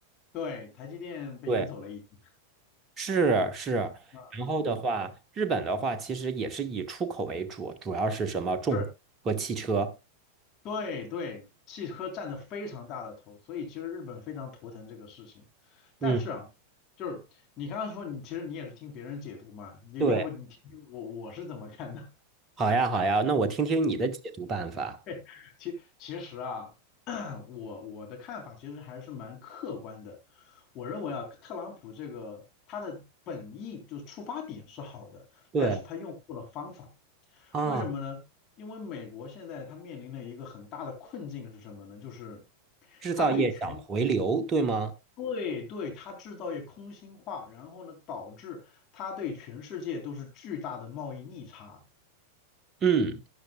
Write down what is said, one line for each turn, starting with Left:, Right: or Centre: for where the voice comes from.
Left: 对，台积电被移走了已经，
Right: 对，是是。
Left: 嗯嗯嗯，
Right: 然后的话，
Left: 对，
Right: 日本的话其实也是以出口为主，主要是什么重和汽车。
Left: 是，对对，汽车占的非常大的头，所以其实日本非常头疼这个事情。但是啊，
Right: 嗯，
Left: 就是你刚刚说你其实你也是听别人解读嘛，你要不你听听我我是怎么看的？
Right: 对。好呀，好呀，那我听听你的解读办法。
Left: <laughs> 嘿其其实啊，<clears throat> 我我的看法其实还是蛮客观的。我认为啊，特朗普这个他的本意就是出发点是好的，
Right: 对
Left: 但是他用错了方法。
Right: 啊，
Left: 为什么呢？因为美国现在他面临的一个很大的困境是什么呢？就是
Right: 制造业想回流，
Left: 他对全
Right: 对吗？
Left: 对对，他制造业空心化，然后呢，导致他对全世界都是巨大的贸易逆差。
Right: 嗯，